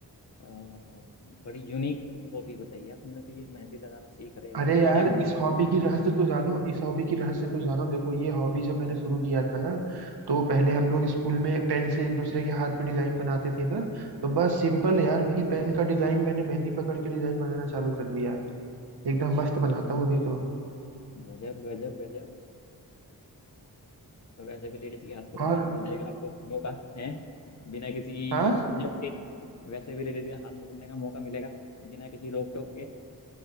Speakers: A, on the left (about 45°); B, on the right (about 80°).
A: अ, बड़ी यूनिक हॉबी बताई यार तुमने तो ये मेहंदी लगाना सीख रहे हो
B: अरे
A: अभी कितना
B: यार
A: टाइम हो गया
B: इस
A: सीखे
B: हॉबी
A: हुए?
B: की रहस्य तो जानो इस हॉबी की रहस्य तो जानो देखो ये हॉबी जब मैंने
A: क्या
B: शुरू किया था ना तो
A: हम्म,
B: पहले हम लोग स्कूल में पेन से एक दूसरे के हाथ पे डिजाइन बनाते थे ना तो बस सिंपल यार वही पेन का डिजाइन मैंने मेहंदी पकड़ के डिजाइन बनाना चालू कर दिया
A: अच्छा
B: एकदम मस्त बनाता हूँ अभी तो
A: गजब गजब गजब तो वैसे भी लेडीज के हाथ पकड़ने
B: और
A: को मिल जाएगा आपको मौका है बिना किसी
B: हाँ
A: झंझट के वैसे भी लेडीज का हाथ पकड़ने का मौका मिलेगा बिना किसी रोक टोक के